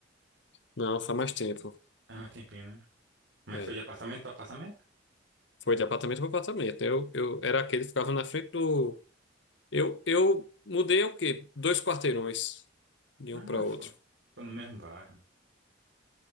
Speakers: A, on the left; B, on the right.
A: Não, faz mais tempo.
B: Ah, mais tempinho, né? Mas
A: É.
B: foi de apartamento pra apartamento?
A: Foi de apartamento para apartamento. Eu, eu era aquele que ficava na frente do. Eu, eu mudei o quê? Dois quarteirões de
B: Ah,
A: um para
B: ficou,
A: outro.
B: ficou no mesmo bairro.